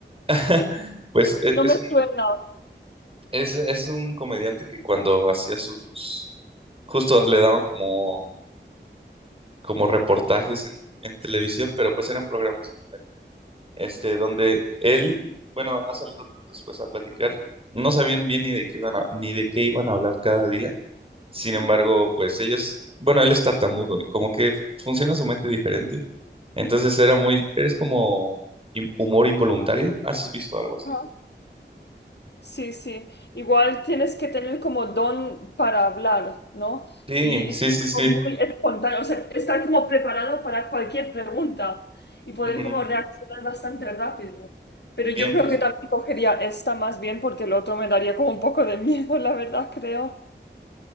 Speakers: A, on the right (about 30°); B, on the left (about 65°).
A: <laughs> Pues e-
B: no
A: es
B: me
A: un,
B: suena.
A: es, es un comediante que cuando hacía sus, justo le daban como como reportajes en, en televisión, pero pues eran programas de comedia. Este, donde él, bueno, ha salido como después a platicar, no sabían bien ni de qué iban a, ni de qué iban a hablar cada día. Sin
B: Ujú.
A: embargo, pues ellos, bueno, él es tartamudo, y como que funciona su mente diferente. Entonces era muy, eres como im- humor involuntario. ¿Has visto algo así?
B: Ajá. Sí, sí. Igual tienes que tener como don para hablar, ¿no?
A: Sí,
B: Y, y
A: sí,
B: ser
A: sí, sí.
B: como muy espontáneo, o sea, estar como preparado para cualquier pregunta y
A: Ujú,
B: poder como reaccionar bastante rápido. Pero
A: Bien
B: yo creo
A: presente.
B: que también cogería esta más bien porque el otro me daría como un poco de miedo, la verdad, creo.